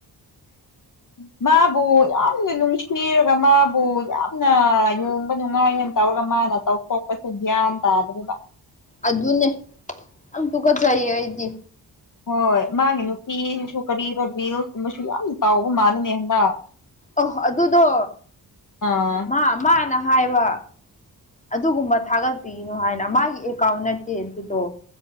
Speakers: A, on the left; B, on the left.
A: ꯎ ꯃꯥꯕꯨ ꯌꯥꯝꯅ ꯅꯨꯡꯁꯤꯔꯒ ꯃꯥꯕꯨ ꯌꯥꯝꯅ ꯀꯨꯝꯕ ꯅꯨꯡꯉꯥꯏꯅ ꯇꯧꯔꯒ ꯃꯥꯅ ꯇꯧꯊꯣꯛꯄꯁꯦ ꯒ꯭ꯌꯥꯟ ꯇꯥꯗ꯭ꯔꯦꯕ
B: ꯑꯗꯨꯅꯦ ꯌꯥꯝ ꯇꯨꯀꯠꯆꯩꯌꯦ ꯑꯩꯗꯤ
A: ꯍꯣꯏ ꯃꯥꯒꯤ ꯅꯨꯄꯤꯁꯨ ꯀꯔꯤꯔ ꯔꯤꯁ ꯀꯨꯝꯕꯁꯨ ꯌꯥꯝꯅ ꯇꯧꯕ ꯃꯥꯜꯂꯦꯅꯦ ꯍꯟꯗꯛ
B: ꯑꯣ ꯑꯗꯨꯗꯣ
A: ꯑꯥ
B: ꯃꯥ ꯃꯥꯅ ꯍꯥꯏꯕ ꯑꯗꯨꯒꯨꯝꯕ ꯊꯥꯒꯠꯄꯤꯅꯨ ꯍꯥꯏꯅ ꯃꯥꯒꯤ ꯑꯦꯀꯥꯎꯟ ꯅꯠꯇꯦ ꯑꯗꯨꯗꯣ